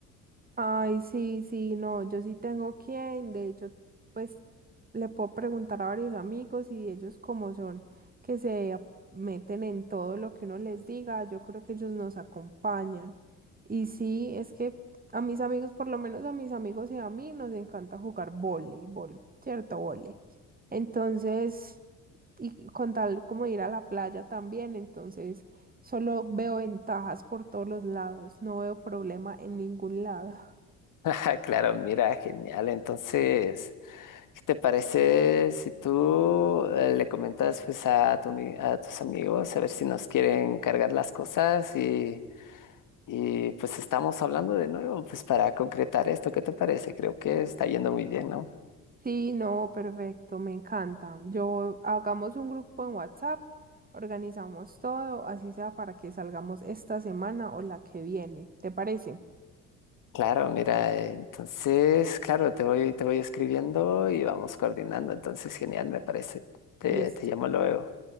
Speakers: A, on the right; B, on the left.
A: Ay, sí, sí, no, yo sí tengo quien, de hecho, pues le puedo preguntar a varios amigos y ellos como son, que se ap- meten en todo lo que uno les diga, yo creo que ellos nos acompañan. Y sí, es que a mis amigos, por lo menos a mis amigos y a mí, nos encanta jugar voleibol, ¿cierto? Vole. Entonces, y con tal como ir a la playa también, entonces solo veo ventajas por todos los lados, no veo problema en ningún lado.
B: <laughs> Claro, mira, genial. Entonces... ¿Qué te parece si tú eh, le comentas pues a tu ami- a tus amigos a ver si nos quieren cargar las cosas y, y pues estamos hablando de nuevo pues para concretar esto? ¿Qué te parece? Creo que está yendo muy bien, ¿no?
A: Sí, no, perfecto, me encanta. Yo hagamos un grupo en WhatsApp, organizamos todo, así sea para que salgamos esta semana o la que viene. ¿Te parece?
B: Claro, mira, eh, entonces, claro, te voy, te voy escribiendo y vamos coordinando, entonces genial, me parece. Te,
A: Listo.
B: te llamo luego,